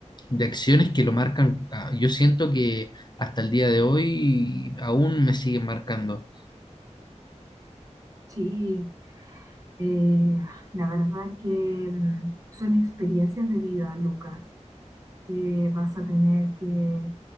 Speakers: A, on the left; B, on the right.
A: de acciones que lo marcan, ah, yo siento que hasta el día de hoy aún me siguen marcando.
B: Sí, eh, la verdad que mm, son experiencias de vida, Lucas, que vas a tener que